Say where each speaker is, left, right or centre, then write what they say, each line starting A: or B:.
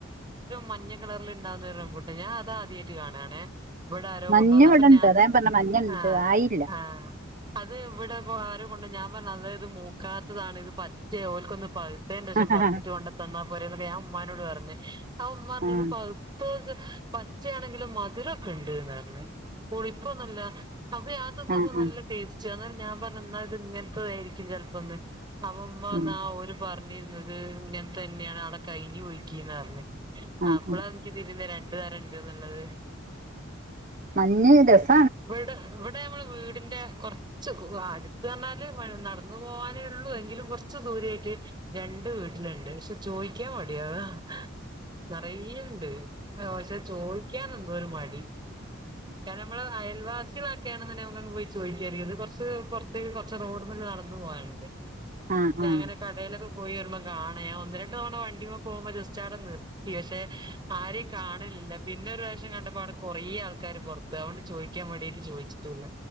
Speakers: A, on the right (about 20°); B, on the right (about 40°).
A: മഞ്ഞ കിറൽ ഉണ്ടാവുന്ന ഒരുര റംബുട്ടാൻ ഞാൻ അത് ആദ്യമായിട്ട് കാണണേ ഇവിടെ ആരോ
B: മഞ്ഞ
A: കൊണ്ടു പോന്ന
B: ഇവിടെണ്ട്
A: അപ്പൊ ഞാൻ
B: അതാ പറഞ്ഞെ മഞ്ഞ ഇണ്ട്
A: ആഹ
B: ആയില്ല
A: ആഹ അത് ഇവിടെ ആരും ണ്ട് ഞാ പറ നല്ലത് പക്കാത്തതാണ് ഇത് പച്ച ഓലക്കൊന്ന് പ അേ ദസം
B: ആഹ്
A: പറിച്ചിട്ട
B: ആഹ്
A: കൊണ്ട് തന്നാ പോരന്നക്കെഞൻ ഉ്നോട് പറഞ്ഞഞ് <inaudible> ആ ഉമ്മ പറഞ്ഞു
B: ആഹ്
A: ഇത് പൗത്തോ <unintelligible> പച്ചയാണെങ്കിലും മധുരൊക്കെ ഉണ്ട്ന്ന്റഞ്ഞ് പുളിപ്പൊന്നൂല്ല അപ്പ ഞാന്തിന്നപ്പ
B: ആഹ്
A: നല്ല ടേസ്റ്റ് എന്നാ ഞാൻ പറഞ്ഞ് എന്നാ ഇത്ങ്ങന? ഇപ്പം ആയിരിക്കും ചെലപോ <unintelligible> അപ്പം ഉമ്മ പറഞ്ഞാ
B: ആഹ്
A: ആ ഒരു പറഞ്ഞിരുന്നത് ഇങ്ങനെ തന്നെയാണ് അവിടെ കഴിഞ്ഞ് പോഴിക്കിന്നാ പറഞ്ഞേ
B: ആഹ്
A: അപ്പോളാ എന്ക്ക്തിരു <unintelligible> വീട്ടുകാരണ്ട്ന്നുള്ളത്
B: മഞ്ഞ <unintelligible>
A: ഇവിടെ ഇവിടെ നമ്മള് വീടിന്റെ കൊറച്ച് അടുത്ത് പറഞ്ഞാല് മ നടന്നു പോകാനേ ഉള്ളൂ എങ്കിലും കൊറച്ച് ദൂരെ ആയിട്ട് രണ്ട് വീട്ടിലുണ്ട് പക്ഷെ ചോയ്ക്കാൻ മടി അതാ. നിറയേണ്ട് പക്ഷെ ചോദിക്കാനുണ്ട് എന്തോരു മടി കാരമ്മള് അയൽവാസികളൊക്കെയാണ്ന്ന്ണ്ടെ ഞമ്മക്കങ്ങ് പോയി ചോദിക്കാര്ന്ന് ഇത് കുറച്ച് പുറത്തേക്ക് കുറച്ച് റോഡ്മ്മല് നടന്നു പോകാനുണ്ട്.
B: ആ ആ
A: ഞ
B: ആ
A: അങ്ങനെ കടയിലൊക്കെ പോയി വരുമ്പോ കാണയാ ഒന്ന് രണ്ട് തവണ വണ്ടിമേ പോകുമ്പോ ജസ്റ്റ് ആവിടെ നിർത്തി പക്ഷെ, ആരെയും കാണലില്ല പിന്നൊരു പ്രാവശ്യം കണ്ടപ്പോ അവിടെ കൊറേ ആൾക്കാ ക്കാര് പുറത്തവ ചോദിക്കാൻ വേണ്ടിയിട്ട് ചോദിച്ചിട്ടൂല്ല